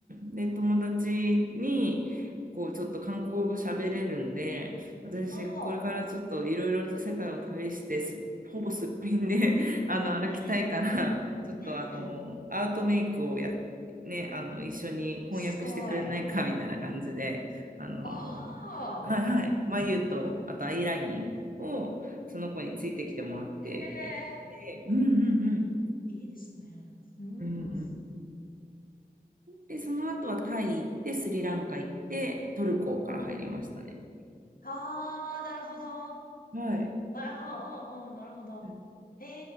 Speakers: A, on the right; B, on the left.
A: うん。で、友達に、こう、ちょっと韓国語喋れるんで、私、
B: ああ、
A: これからちょっといろいろと世界を旅して、すほぼすっぴんで <laughs> あの、歩きたいから、
B: うん、
A: ちょっとあの、
B: うん、
A: アートメイクをや、ね、あの、一緒に翻訳してくれないか、
B: すごい。
A: みたいな感じで、あの、
B: ああ、
A: はいはい、眉と、あとアイラインを、その子についてきてもらってやって、
B: へ
A: うんうんうん。
B: え、いいですね。うん、
A: うんうん
B: う
A: で、その後はタイ行って、スリランカ行って、トルコから入りましたね。
B: ん。ああ、なるほど。あ
A: はい。
B: あ、うん、うん、うんなるほど。
A: うん
B: え